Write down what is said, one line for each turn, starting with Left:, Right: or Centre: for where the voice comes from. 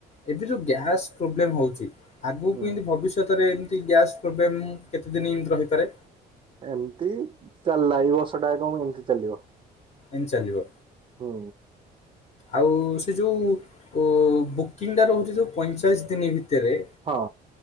Left: ଏବେ ଯୋଉ ଗ୍ୟାସ୍ ପ୍ରୋବ୍ଲେମ ହଉଛି ଆଗକୁ
Right: ହୁଁ
Left: ଏମିତି ଭବିଷ୍ୟତ ରେ ଏମତି ଗ୍ୟାସ୍ ପ୍ରୋବ୍ଲେମ କେତେ ଦିନ ଏମତି ରହିପାରେ?
Right: ଏମିତି <unintelligible> ଏମିତି ଚାଲିବ
Left: ଏମିତି ଚାଲିବ।
Right: ହୁଁ
Left: ଆଉ ସେ ଯେଉଁ ବୁକିଂଟା ରହୁଛି ଯେଉଁ ପଇଁଚାଳିଶ ଦିନ ଭିତରେ।
Right: ହଁ।